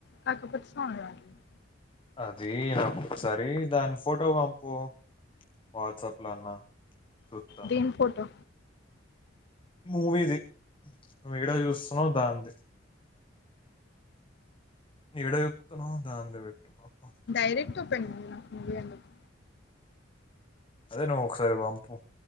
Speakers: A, on the left; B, on the left.
A: కాకపోతే సౌండ్ రావట్లేదు.
B: ఆహ్ జీ ఒకసారి దాని ఫోటో పంపు వాట్సప్ లో అన్న చూస్తా
A: దేని ఫోటో.
B: మూవీది నువ్వు ఏడ చూస్తు మో దాంధీ. ఏడ చూస్తున్నవ్ దాందే పెట్టు. నాకు
A: డైరెక్ట్ ఓపెన్ అయింది నాకు మూవీ అందులో
B: అదే నువ్వు ఒకసారి పంపు